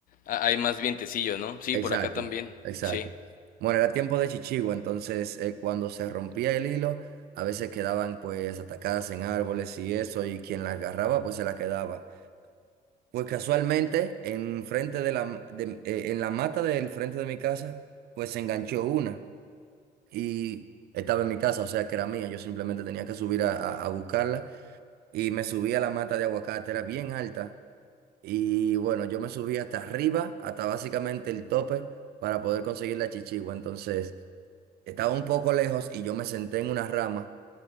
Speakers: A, on the left (about 55°); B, on the right (about 70°).
A: Ah, Hay más vientecillo, ¿no? Sí,
B: Exacto,
A: por acá también.
B: exacto.
A: Sí.
B: Bueno, era tiempo de chichigo, entonces eh, cuando se rompía el hilo, a veces quedaban pues atacadas en árboles y eso, y quien las agarraba pues se la quedaba. Pues casualmente, en frente de la, de- eh, en la mata del frente de mi casa, pues se enganchó una y estaba en mi casa, o sea que era mía, yo simplemente tenía que subir a, a- a buscarla y me subí a la mata de aguacate, era bien alta y bueno, yo me subí hasta arriba, hasta básicamente el tope, para poder conseguir la chichigua. Entonces, estaba un poco lejos y yo me senté en una rama